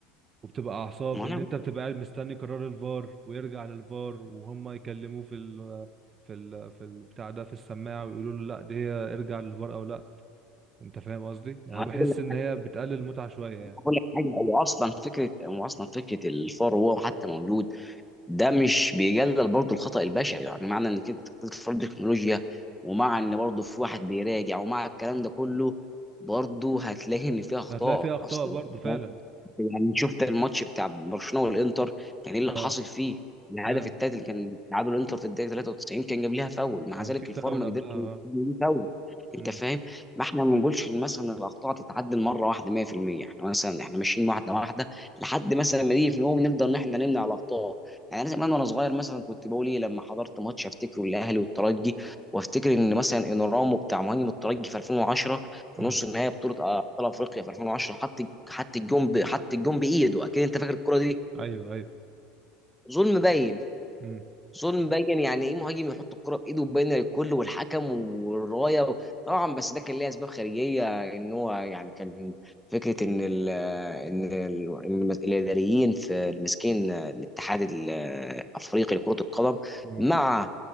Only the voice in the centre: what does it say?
ما
انا
ما
انا
بقول لك
بقول لك حاجه هو اصلا فكره هو اصلا فكره الفار وهو حتى موجود ده مش بيقلل برضه الخطا البشري يعني معنى ان كده تطور التكنولوجيا ومع
ان برضه في واحد بيراجع ومع الكلام ده كله برضه هتلاقي ان فيها اخطاء
اصلا
يعني شفت الماتش بتاع برشلونه والانتر كان ايه اللي
حاصل فيه الهدف
التالت اللي كان تعادل الانتر في الدقيقه 93 كان جاب ليها فاول مع
ذلك
الفار ما
قدرش
يجيب ليه فاول انت
فاهم ما احنا ما بنقولش إن مثلا الاخطاء تتعدل مره واحده 100% احنا مثلا احنا ماشيين واحده واحده لحد مثلا ما نيجي في نقوم نقدر ان احنا نمنع الاخطاء يعني انا زمان وانا صغير مثلا كنت بقول ايه لما حضرت ماتش افتكره الاهلي والترجي وافتكر ان مثلا انورامو بتاع مهاجم الترجي في 2010 في
نص النهائي بطوله آه، ابطال افريقيا في 2010 حط حط الجون ب- حط الجون بايده اكيد انت فاكر الكره دي
ظلم باين
ظلم باين يعني ايه مهاجم يحط الكره بايده وباينه للكل والحكم والرايه طبعا بس ده كان ليه اسباب خارجيه ان هو يعني كان فكره ان ال ان ال إن الاداريين في ماسكين الاتحاد الافريقي لكره القدم
مع